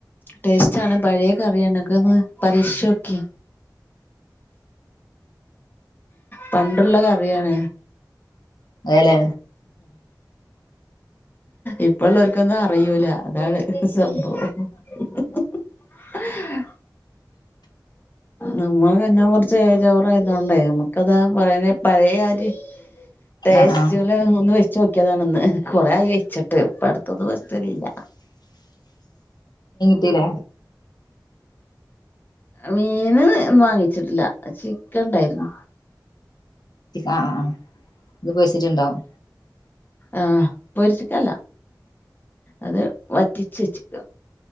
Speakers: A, on the left; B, on the left.
A: ടേസ്റ്റ് ആണ് പഴയ കറിയാണ്ക്ക ഒന്ന് പരീക്ഷോക്കി പണ്ടുള്ള കറിയാണ
B: അലെ
A: ഇപ്പള്ളവർക്കൊന്നും അറൂല അതാണ് സംഭവം <unintelligible> നമ്മൾ കഴഞ്ഞ കുറച്ച് ഏജോറ ആയതോണ്ടേ നക്ക് കഥ പറയന പറയ ആജി ട്ടേസ്
B: ആ ആ
A: ശല ഒന്ന് വെച്ചു നോക്കിയതാണന്ന് കൊറ ആയി വെച്ചിട്ട് ഇപ്പ അടുത്തൊന്ന വശലില്ല
B: ത്തിരാ
A: മീന് വാങ്ങിച്ചിട്ടില്ല ഉണ്ടായിരുന്നു
B: ആ ഇത് പച്ചിട്ടുണ്ടാവും
A: ആഹ് പൊരിച്ചിക്കല്ല അത് വറ്റിച്ച്ച്ചക്ക